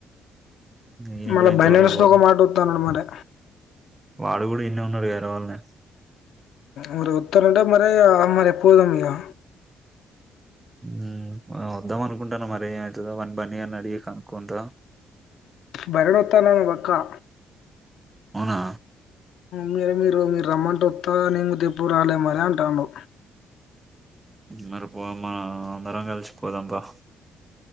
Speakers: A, on the right; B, on the left.
A: నేను
B: మళ్ళ
A: కూడా
B: <unintelligible>
A: ఇంతవరకు పోవాలి
B: ఒక మాట ఒత్త అన్నాడు మరే
A: వాడు గూడా ఇన్నె ఉన్నాడు కదరా వాళ్ళనే
B: మరీ ఓత్తరంట మరీ ఇగ మరి పోదాం ఇగా
A: ఊ ఆ వద్దాం అనుకుంటన మరి ఏమవుతదో మరి బన్నీ గాన్ని అడిగి కనుక్కుంట
B: భరణోత్త అన్నాడు వాన్ని పట్కరా
A: అవునా
B: మీరు మీరు మీరు రమ్మంటే వత్త నేను రేపు రాలే మరీ అంటాడు
A: మరిపోవమ్మా అందరం కలిసి పోదాం పా